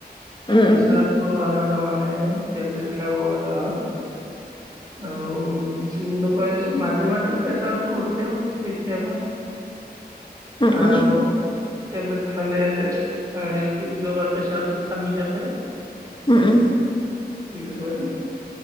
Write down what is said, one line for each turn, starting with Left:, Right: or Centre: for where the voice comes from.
Left: উম
Right: পেচাৰ
Left: উম
Right: টো কাৰণে। তাৰ মানে টেবলেট খাব লগা হয় আৰু কি বুলি কয় মাজে মাজে প্ৰেছাৰতটো উঠেও কেতিয়াবা।
Left: উম
Right: আৰু
Left: উম
Right: টেবলেট খালে কি বুলি কয় প্ৰেচাৰটো থামি থাকে
Left: উম উম
Right: ইলবা